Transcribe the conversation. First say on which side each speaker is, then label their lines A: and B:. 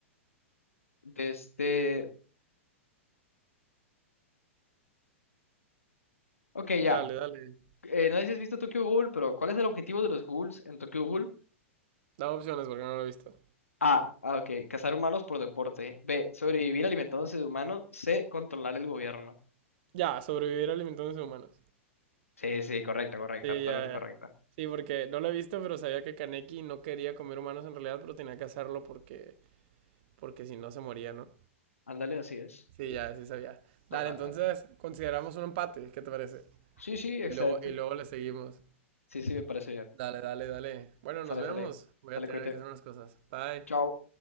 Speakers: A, on the left (about 85°); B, on the right (about 50°).
A: De este. Ok, ya.
B: Dale, dale.
A: eh, no sé si has visto Tokyo Ghoul, pero ¿cuál es el objetivo de los ghouls en Tokyo Ghoul?
B: Dame opciones porque no lo he visto.
A: A, ah, ok, cazar humanos por deporte. B, sobrevivir alimentándose de humanos. C, controlar el gobierno.
B: Ya, sobrevivir alimentándose de humanos.
A: Sí, sí, correcta, correcta,
B: Sí,
A: totalmente
B: ya, ya.
A: correcta.
B: Sí, porque no lo he visto, pero sabía que Kaneki no quería comer humanos en realidad, pero tenía que hacerlo porque, porque si no se moría, ¿no?
A: Ándale, así es.
B: Sí, ya, sí sabía.
A: Totalmente.
B: Dale, entonces consideramos un empate, ¿qué te parece?
A: Sí, sí, excelente.
B: Y luego, y luego le seguimos.
A: Sí, sí, me parece bien.
B: Dale, dale, dale. Bueno,
A: Sale,
B: nos vemos.
A: sale.
B: Voy
A: Sale,
B: a tener
A: cuídate.
B: que hacer unas cosas. Bye.
A: Chao.